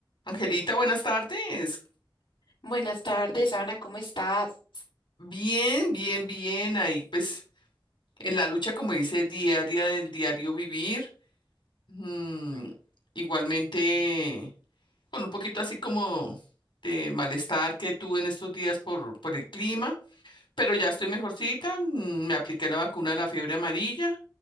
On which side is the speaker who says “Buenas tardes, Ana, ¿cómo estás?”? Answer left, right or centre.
Left